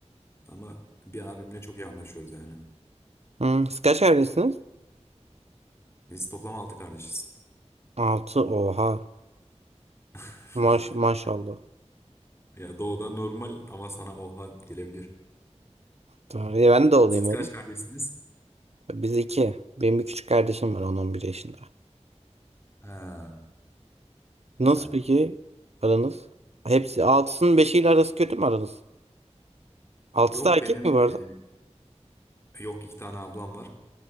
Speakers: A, on the left; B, on the right.
A: ama bir abimle çok iyi anlaşıyoruz yani.
B: Hmm. Siz kaç evlisiniz?
A: Biz toplam altı kardeşiz.
B: Altı oha.
A: <laughs>
B: Maş maşallah.
A: Ya doğudan normal ama sana oha gelebilir.
B: Tamam. e Ben de olayım
A: Siz
B: oğlum.
A: kaç kardeşsiniz?
B: Biz iki. Benim bir küçük kardeşim var 10 bir yaşında.
A: Ha, güzel.
B: Nasıl peki aranız? Hepsi altısının beşiyle arası kötü mü aranız? Altısı
A: Yok
B: da erkek
A: benim
B: mi bu arada?
A: e, yok iki tane ablam var.